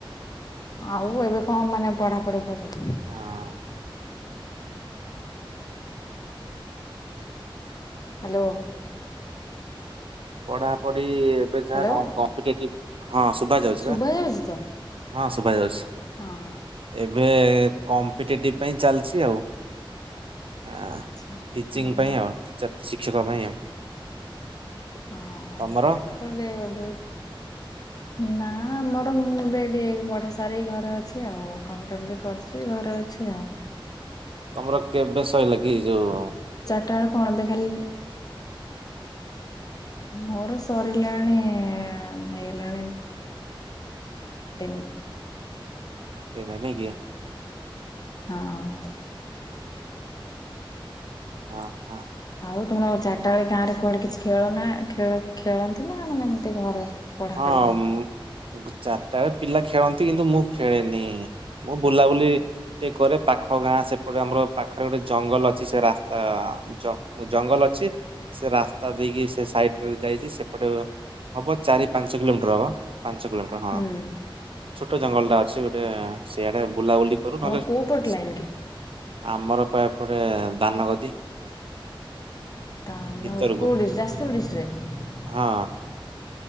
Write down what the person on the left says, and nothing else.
ଆଉ ଏବେ କଣ ମାନେ ପଢା ପଢି କରିଛନ୍ତି?
ହାଲୋ।
ହ୍ୟାଲୋ
ଶୁଭା
ତ?
ହଁ
ଆଚ୍ଛା
ଭଲ
ହଁ
ସେଇଟା ତ ଦେ ବହୁ ନା ଆମର <unintelligible> ପଢା ସାରିକି ଘରେ ଅଛି ଆଉ କମ୍ପ୍ୟୁଟର ବି କରୁଛି ଘ ଅଛି ଆଉ।
ଟା ବେଳେ କଣ ଏବେ ଖାଲି ମୋର ସରିଲାଣି ଏଁ ହେଇଗଲାଣି <unintelligible>
ହଁ।
ଆଉ ତୁମର ଆଉ ଚାରିଟା ବେଳେ ଗାଁ ରେ କୁଆଡେ କିଛି ଖେଳ ନା ଖେଳ ଖେଳନ୍ତି ନା ମାନେ ଏମିତି ଘରେ? ପଢ଼ାପଢ଼ି
ପାଇଁ
ହୁଁ
ତମର
କୋଉ ପଟ ଲାଇନ୍ କି?
ତାନ
କୋଉଠି ଯାଜପୁର ଡିଷ୍ଟ୍ରିକ୍ଟରେ?